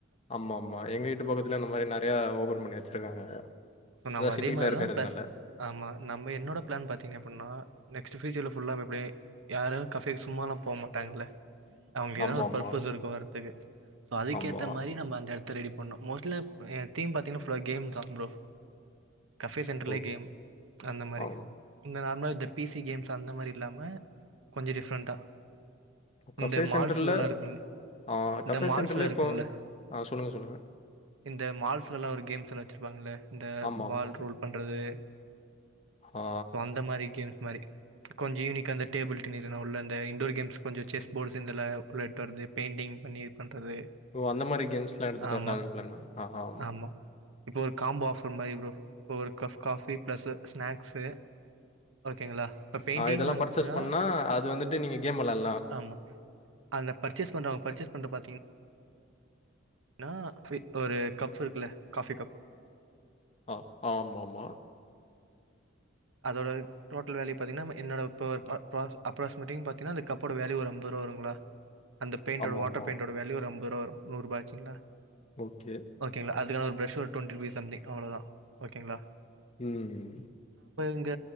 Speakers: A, on the left; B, on the right.
A: ஆமாமா எங்க வீட்டு பக்கத்துல இந்த மாரி நறய ஓபன் பண்ணி வச்சிருக்காங்க
B: சோ நம்ம
A: அதா
B: அதே
A: சிட்டில
B: மாரிதா
A: இருக்கற
B: பிளஸ்
A: நல்ல
B: ஆமா நம்ப என்னோட பிளான் பாத்தீங்க அப்டினா நெக்ஸ்ட்டு ஃபியூச்சர்ல ஃபுல்ல ப்படியே யாரு கஃபேக்கு சும்மாலா போமாட்டாங்கல்ல அவுங்க ஏதா
A: ஆமா
B: ஒரு
A: ஆமா
B: பர்பஸ் இருக்கு வரதுக்கு அதுக்கேத்த
A: ஆமா
B: மாரி நம்ம அந்த இடத் த்ரெடி பண்ணு மோஸ்ட்லே எ தீம் பாத்தீங்கனா ஃபுல்லாவே கேம் தா ப்ரோ கஃபே சென்டர்ல
A: ஓ
B: கேம் அந்த மாரி
A: ஆம்
B: இந்த நார்மலா இந்த பிசி கேம்ஸ் அந்த மாரி இல்லாம கொஞ்ச டிஃப்ரெண்ட்டா
A: கஃபே
B: இந்த மால்ஸ்லலா
A: சென்டர்ல
B: இருக்குல
A: ஆ
B: இந்த
A: கஃபே
B: மால்ஸ்லா
A: சென்டர்ல
B: இருக்குல்ல
A: இப்போ ஆ சொல்லுங்க சொல்லுங்க
B: இந்த மால்ஸ்லல்லா ஒரு கேம்ஸ்ல்லா வச்ருப்பாங்கல்ல இந்த
A: ஆமா
B: பால்
A: ஆமா
B: ரோல் பண்றது
A: ஆ
B: சோ அந்த மாரி கேம்ஸ் மாி கொஞ்சம் யனிக்க அந்த டேபிள்டென்னிஸ் உள்ள இண்டோர் கேம்ஸ் கொஞ்சம் செஸ் போர்ட்ஸ் உள்ளட்டு வருது பெயிண்டிங் பண்ணி பண்றது
A: ஓ அந்த மாரி கேம்ஸ் எல்லாம் எடுத்துட்டு
B: ஆமா
A: வரலாம் அப்பளம ஆ
B: ஆமா இப்போ ஒரு காம்போ ஆஃபர் மாதிரி ப்ரோ இப்போ ஒரு கப் காஃபி ப்ளஸ்ஒரு ஸ்நாக்ஸு ஓகேங்களா இப்ப பெயிண்டிங்
A: இதெல்லாம்
B: வந்துச்சுன்னா
A: பர்சேஸ் பண்ணா அது வந்துட்டு நீங்க கேம் வெளாலாம்
B: ஆமா அந்த பர்ச்சேஸ் பண்றாங்க பர்ச்சேஸ் பண்ற பாத்தீங்கா ஆஹ் ஒரு கப் இருக்குல்ல காபி கப்
A: ஆ ஆமா ஆமா ஆ
B: அதுர <inaudible> டோடல் வேல்யூ பாதீங்கா என்னோட இப்போ அப்ராஸ்மேட்டிங் பாத்தீங்கன்னா அந்த கப்போட வேல்யூ ஒருஅம்பது ரூபாவருங்களா அந்த பெய்ண்டோட
A: ஆமாமா.
B: வாடர் பெய்ண்டோட வேல்யூ ரொம்ப வரும் நூறுபா ஆச்சுங்களா
A: ஓகே.
B: ஓகேங்களா அதுக்கான ஒரு பிளஸ் ஒரு டொண்டிருபிஸ் அவ்ளதான் ஓகேங்களா
A: உம்
B: இந்த